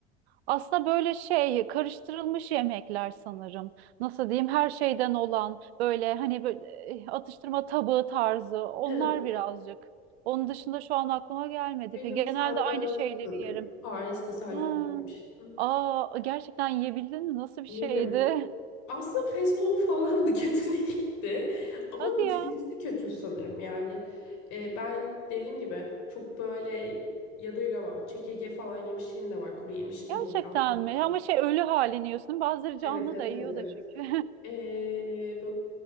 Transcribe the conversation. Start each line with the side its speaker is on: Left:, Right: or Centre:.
Right: Aslında böyle şey karıştırılmış yemekler sanırım. Nasıl diyeyim? Her şeyden olan böyle hani böyle eh, atıştırma tabağı tarzı onlar
Left: <laughs>
Right: birazcık. Onun dışında şu an aklıma gelmedi.
Left: Benim
Right: Peki genelde
Left: salyangoz
Right: aynı şeyleri
Left: sanırım.
Right: yerim.
Left: Paris'te salyangoz
Right: Ha.
Left: yemiştim.
Right: Aa, gerçekten yiyebildin mi? Nasıl bir
Left: Yedim.
Right: şeydi?
Left: Aslında festolu falandı <laughs> kötü değildi
Right: <laughs>
Left: ama
Right: Hadi
Left: düşüncesi
Right: ya.
Left: kötü sanırım yani e, ben dediğim gibi çok böyle yadırgamam çekirge falan yemişliğim de var kuru yemiş gibi
Right: Gerçekten
Left: böyle Asya'da
Right: mi?
Left: falan.
Right: Ama şey ölü halini yiyorsun. Bazıları canlı
Left: Evet evet
Right: da yiyor
Left: evet evet
Right: da çünkü. <laughs>
Left: E, böyle